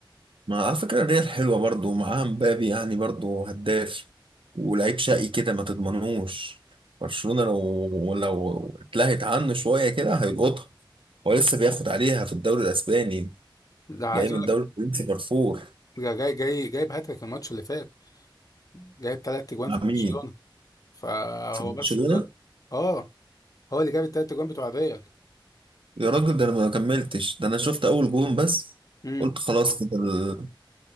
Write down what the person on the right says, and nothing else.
ما على فكرة الريال حلوة برضو معاها مبابي يعني برضو هداف ولعيب شقي كده ما تضمنوش برشلونة لو لو اتلهت عنه شوية كده هيلقطها هو لسه بياخد عليها في الدوري الأسباني
جاي من
الدوري
الفرنسي فرفور
مع
مين؟
في برشلونة؟
يا راجل ده أنا ما كملتش ده أنا شفت أول جون بس
قلت خلاص كده ال-